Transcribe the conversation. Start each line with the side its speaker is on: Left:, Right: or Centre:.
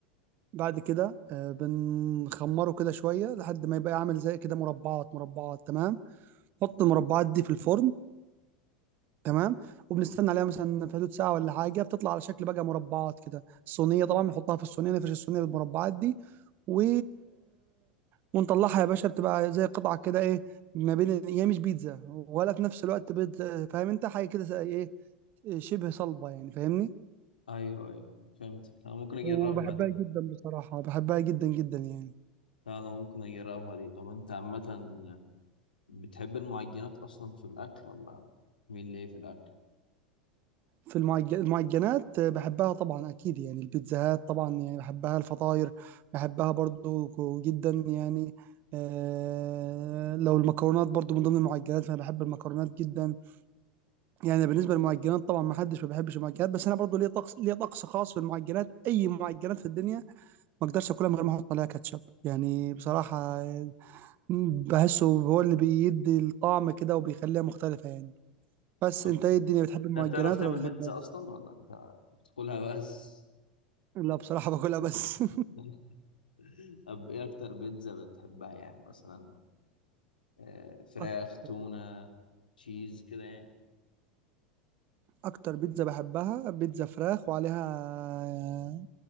Right: بعد كده آه، بنخمره كده شوية لحد ما يبقى عامل زي كده مربعات مربعات تمام حط المربعات دي في الفرن تمام وبنستنى عليها مثلا في حدود ساعه ولا حاجه بتطلع على شكل بقى مربعات كده الصينيه طبعا بنحطها في الصينيه نفرش الصينيه بالمربعات دي و ونطلعها يا باشا بتبقى زي قطعه كده ايه ما بين هي مش بيتزا ولا في نفس الوقت بيض فاهم انت حاجه كده زي ايه شبه صلبه يعني فاهمني
Left: ايوه ايوه فهمت انا ممكن اجربها
Right: وبحبها
Left: دي
Right: جدا بصراحه بحبها جدا جدا يعني
Left: لا انا ممكن اجربها دي طب انت عامه بتحب المعجنات اصلا في الاكل ولا مين ليه في الاكل
Right: في المعج... المعجنات بحبها طبعا اكيد يعني البيتزاهات طبعا يعني بحبها الفطاير بحبها برضو ك- جدا يعني آه لو المكرونات برضو من ضمن المعجنات فانا بحب المكرونات جدا يعني بالنسبه للمعجنات طبعا ما حدش ما بيحبش المعجنات بس انا برضو ليا طقس ليا طقس خاص في المعجنات اي معجنات في الدنيا ما اقدرش اكلها من غير ما احط عليها كاتشب يعني بصراحه آه، بحسه هو اللي بيدي الطعم كده وبيخليها مختلفه يعني بس
Left: طب
Right: انت ايه الدنيا بتحب المعجنات
Left: انت بتعرف تعمل
Right: ولا بتحبها
Left: بيتزا اصلا ولا انت بتاكلها بس
Right: لا بصراحة باكلها بس
Left: <laughs> طب ايه اكتر بيتزا بتحبها يعني مثلا آه،
Right: <laughs>
Left: فراخ
Right: أكتر
Left: تونة تشيز كده يعني
Right: أكتر بيتزا بحبها بيتزا فراخ وعليها